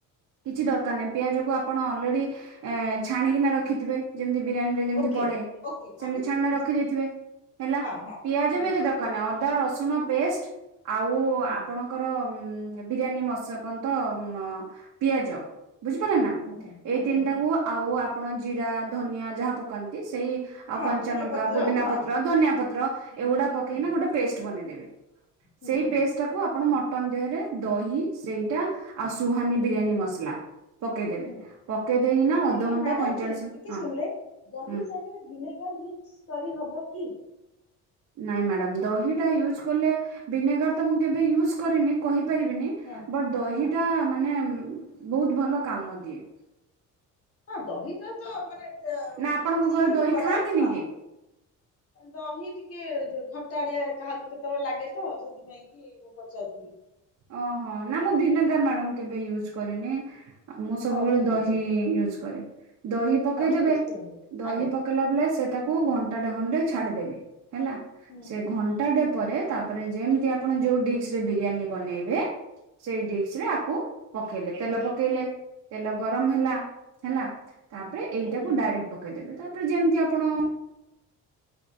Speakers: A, on the right (about 55°); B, on the left (about 45°).
A: କିଛି ଦରକାର ନାହିଁ ପିଆଜକୁ ଆପଣ ଅଲରେଡ଼ି ଛାଣିକିନା ରଖିଥିବେ। ଯେମିତି ବିରିୟାନୀ ରେ ଯେମିତି
B: ଓକେ
A: ପଡେ
B: ଓକେ ହଁ
A: ସେମିତି
B: ବୁଝିଲି
A: ଛାଣିକିନା
B: ବୁଝିଲି
A: ରଖିଦେଇଥିବେ
B: ବୁଝିଲି।
A: ହେଲା।
B: ହଁ ହଁ
A: ପିଆଜ
B: ହୁଁ।
A: ବି ଏତେଦର କାର ନାଇଁ ଅଦା ରସୁଣ ପେଷ୍ଟ ଆଉ
B: ହୁଁ ହୁଁ
A: ଆପଣ ଙ୍କର ବିରିୟାନୀ ମଶ କଣ ତ ମ ପିଆଜ ବୁଝିପାରିଲେ ନା
B: ହୁଁ ହୁଁ ହୁଁ
A: ଏଇ ତିନିଟାକୁ
B: ହୁଁ ହୁଁ।
A: ଆଉ ଆପଣ ଜିରା ଧନିଆ ଯାହା ପକାନ୍ତି ସେଇ ଆଉ
B: ହଁ
A: କଞ୍ଚା
B: ତେଜପତ୍ର
A: ଲଙ୍କା ପୁଦିନା
B: ହଁ।
A: ପତ୍ର ଧନିଆ ପତ୍ର
B: ହୁଁ
A: ଏଗୁଡା
B: ହୁଁ
A: ପକେଇନା
B: ହୁଁ
A: ଗୋଟେ ପେଷ୍ଟ୍ ବନେଇଦେବେ।
B: ହୁଁ
A: ସେଇ
B: ହୁଁ
A: ପେଷ୍ଟ ଟାକ ଟାକୁ ମଟନ ଦେହରେ ଦହି ସେଇଟା ଆଉ ସୁହାନୀ
B: ହୁଁ
A: ବିରିୟାନୀ ମସଲା ପକେଇଦେବେ
B: ହୁଁ।
A: ପକେଇ ଦେଇକିନା
B: ଆମେ
A: ଅଧଘଣ୍ଟା
B: ମ୍ୟାଡାମ
A: ପଇଁଚାଳିଶ ମିନିଟ୍
B: ଟିକେ
A: ହଁ।
B: ଶୁଣିଲେ ଦହି
A: ହୁଁ
B: ଜାଗାରେ ଭିନେଗାର୍ ୟୁଜ୍ କରିହବ କି?
A: ନାଇଁ ମ୍ୟାଡ଼ାାମ ଦହିଟା ୟୁଜ୍ କଲେ ଭିନେଗାର ତ ମୁଁ କେବେ ୟୁଜ କରିନି କହିପାରିବିନି।
B: ହଁ
A: ବଟ୍ ଦହିଟା
B: ହଁ।
A: ମାନେ ବହୁତ ଭଲ କାମ ଦିଏ।
B: ହଁ ଦହିଟା ତ ମାନେ
A: ନା ଆପଣଙ୍କ ଘରେ
B: <inaudible>
A: ଦହି
B: କରାଏ
A: ଖାଆନ୍ତିନି
B: ହଁ।
A: କି?
B: ଦହି ଟିକେ ଖଟାଳିଆ କାହାକୁ କେତେବେଳେ ଲାଗେ ତ ସେଥିପାଇଁ କି କି ମୁଁ ପଚାରୁଥିଲି।
A: ଓ ହୋ ନା ମୁଁ ଭିନେଗାର ମ୍ୟାଡାମ୍ କେବେ ୟୁଜ କରିନି। ମୁଁ ସବୁବେଳେ
B: ହଉ ଠିକ
A: ଦହି
B: ଅଛି
A: ୟୁଜ୍ କରେ ଦହି ପକେଇଦେବେ
B: ହଉ ଠିକ ଅଛି କୁହନ୍ତୁ
A: ଦହି
B: ଆଜ୍ଞା
A: ପକ କଲା ବେଳେ ସେ ତାକୁ ଘଣ୍ଟା ଖଣ୍ଡେ ଛାଡ଼ି ଦେବେ ହେଲା
B: ହୁଁ
A: ସେ ଘଣ୍ଟାଟେ
B: ହୁଁ
A: ପରେ ତାପରେ ଯେମିତି ଆପଣ ଯୋଉ ଡିସ୍ ରେ ବିରିୟାନୀ ବନେଇବେ ସେଇ ଡିିସ୍ ରେ ଆକୁ ପକେଇଲେ ତେଲ ପକେଇଲେ ତେଲ ଗରମ ହେଲା ହେଲା ତାପରେ
B: ହୁଁ
A: ଏଇଟାକୁ
B: ହୁଁ
A: ଡାଇରେକ୍ଟ ପକେଇଦେବେ ତାପରେ ଯେମତି ଆପଣ